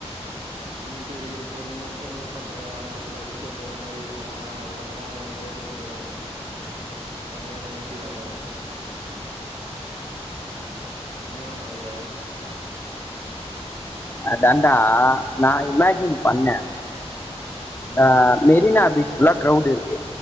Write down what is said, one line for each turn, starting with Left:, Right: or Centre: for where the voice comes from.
Right: நின்னுட்டு இருக்கிறப்போ நீ மட்டு மூவ் பண்ற ஆரம்பத்துல சூப்பர் பவர் மாரிருக்கு ஆனா அதுக்கப்பு அப்றோ போர்ரடிச்சிட்டு போயிடு தனியாகற மாரி ஃபீல் ஆகு <unintelligible> நெனைக்கிற
Left: அதாண்டா நா இமேஜின் பண்ணே
Right: ம்
Left: அ மெரினா பீச் ல்லா கிரௌட் இருக்கு